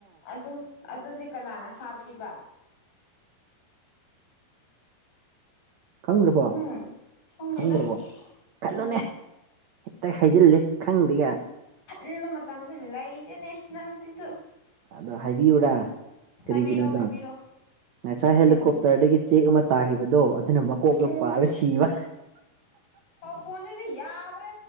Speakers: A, on the left; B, on the right.
A: ꯑꯗꯨ ꯑꯗꯨꯗꯤ ꯀꯅꯥꯅ ꯍꯥꯄꯤꯕ
B: ꯈꯪ ꯄ
A: ꯎꯝ ꯈꯪꯗꯦꯗ
B: ꯈꯪꯗ꯭ꯔꯕꯣ ꯈꯜꯂꯨꯅꯦ
A: ꯎꯝ
B: ꯍꯦꯛꯇ ꯍꯥꯏꯖꯤꯜꯂꯦ ꯈꯪꯗ꯭ꯦꯒ
A: ꯏꯟꯕ ꯃꯇꯝꯁꯨ ꯂꯩꯗꯦꯅꯦ ꯅꯪ ꯁꯤꯁꯨ
B: ꯑꯗꯣ ꯍꯥꯏꯕꯤꯌꯨꯨꯔꯥ ꯀꯔꯤꯒꯤꯅꯣꯗ
A: ꯍꯥꯏꯕꯤꯔꯣ ꯍꯥꯏꯕꯤꯔꯣ
B: ꯉꯁꯥꯏ ꯍꯦꯂꯤꯀꯣꯞꯇꯔꯗꯒꯤ
A: ꯎꯝ
B: ꯆꯦꯛ ꯑꯃ ꯇꯥꯈꯤꯕꯗꯣ ꯑꯗꯨꯅ ꯃꯀꯣꯛꯅ
A: ꯎꯝ
B: ꯄꯥꯜꯂ ꯁꯤꯕ
A: ꯐꯅꯦꯗꯤ ꯌꯥꯗ